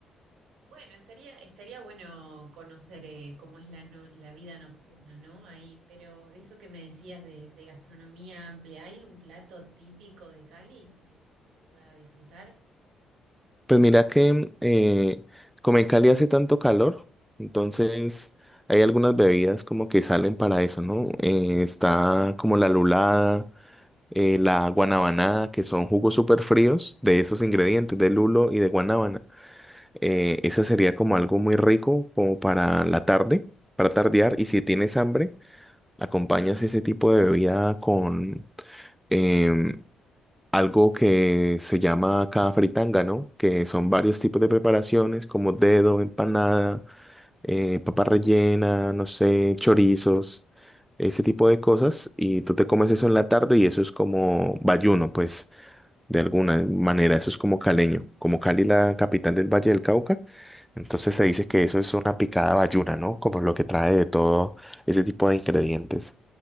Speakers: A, on the right; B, in the centre.
A: Bueno, estaría, estaría bueno conocer eh, cómo es la, no- la vida nocturna, ¿no? Ahí, pero eso que me decías de, de gastronomía amplia, ¿hay un plato típico de Cali que, que se pueda disfrutar?
B: Pues mira que eh, como en Cali hace tanto calor, entonces hay algunas bebidas como que salen para eso, ¿no? Eh, está como la lulada, eh, la guanabanada, que son jugos súper fríos de esos ingredientes, de lulo y de guanábana. Eh, esa sería como algo muy rico como para la tarde, para tardear. Y si tienes hambre, Acompañas ese tipo de bebida con em, algo que se llama acá fritanga, ¿no? Que son varios tipos de preparaciones como dedo, empanada, eh, papa rellena, no sé, chorizos, ese tipo de cosas. Y tú te comes eso en la tarde y eso es como bayuno, pues de alguna manera. Eso es como caleño, como Cali, la capital del Valle del Cauca. Entonces se dice que eso es una picada bayuna, ¿no? Como lo que trae de todo ese tipo de ingredientes.